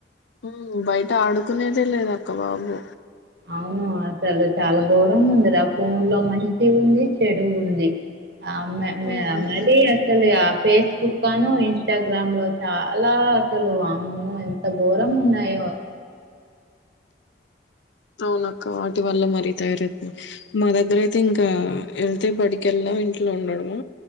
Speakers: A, on the left; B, on the right.
A: ఉ బయట ఆడుకునేదే లేద అక్క బాబు
B: అవును అసలు చాలా ఘోరం ఉందిరా ఫన్ లో మంచి ఉంది చెడు ఉంది ఆ మే మే
A: ఉమ్.
B: మళ అసలే ఫేస్బుక్ ను ఇన్స్టాగ్రామ్ లో చాలా అసలు వామ్మో ఎంత ఘోరం ఉన్నాయో ఆ
A: అవును అక్క వాటి వల్ల మరి తయారు మా దగ్గర అయితే ఇంకా వెళ్తే బడికెళ్దాం ఇంట్లో ఉండడమా